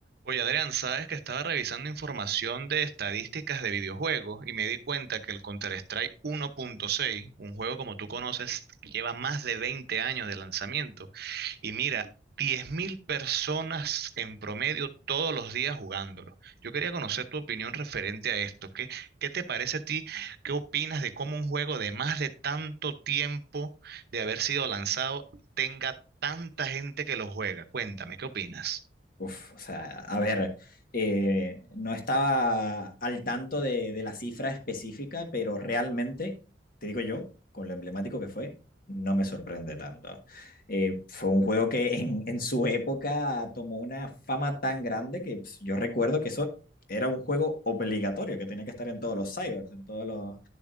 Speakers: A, on the right (about 55°); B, on the left (about 50°).
A: Oye, Adrián, sabes que estaba revisando información de estadísticas de videojuegos y me di cuenta que el Counter-Strike 1.6, un juego como tú conoces, lleva más de 20 años de lanzamiento. Y mira, 10.000 personas en promedio todos los días jugándolo. Yo quería conocer tu opinión referente a esto. ¿Qué, qué te parece a ti? ¿Qué opinas de cómo un juego de más de tanto tiempo de haber sido lanzado tenga tanta gente que lo juega? Cuéntame, ¿qué opinas?
B: Uf, o sea, a ver, eh, no estaba al tanto de, de la cifra específica, pero realmente, te digo yo, con lo emblemático que fue, no me sorprende tanto. Eh, fue un juego que en, en su época tomó una fama tan grande que pues, yo recuerdo que eso era un juego obligatorio, que tenía que estar en todos los cybers, en todos los,